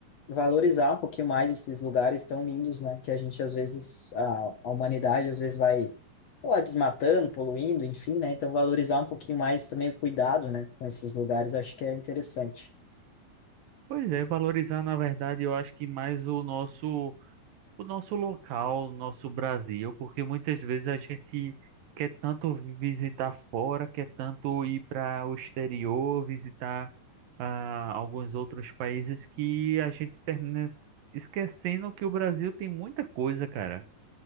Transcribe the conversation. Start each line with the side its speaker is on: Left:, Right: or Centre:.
Left: valorizar um pouquinho mais esses lugares tão lindos, né? Que a gente às vezes, a, a humanidade às vezes vai, sei lá, desmatando, poluindo, enfim, né? Então, valorizar um pouquinho mais também o cuidado, né? Com esses lugares, acho que é interessante.
Right: Pois é, valorizar, na verdade, eu acho que mais o nosso, o nosso local, o nosso Brasil, porque muitas vezes a gente quer tanto visitar fora, quer tanto ir para o exterior, visitar ah, alguns outros países que a gente termina esquecendo que o Brasil tem muita coisa, cara.